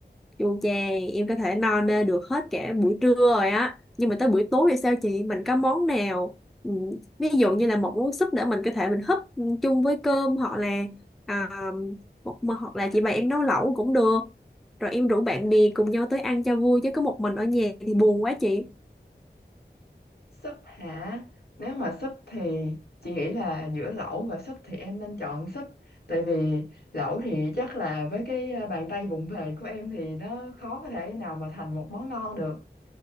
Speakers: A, in the centre; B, on the left.
A: chu chè, em có thể no nê được hết cả buổi trưa rồi á. Nhưng mà tới buổi tối thì sao chị? Mình có món nào? ừm, ví dụ như là một món súp nữa mình có thể mình húp chung với cơm hoặc là à, một hoặc là chị bày em nấu lẩu cũng được. Rồi em rủ bạn bè cùng nhau tới ăn cho vui chứ có một mình ở nhà thì buồn quá chị.
B: Súp hả? Nếu mà súp thì chị nghĩ là giữa lẩu và súp thì em nên chọn súp. Tại vì lẩu thì chắc là với cái à, bàn tay vụng về của em thì nó khó có thể nào mà thành một món ngon được.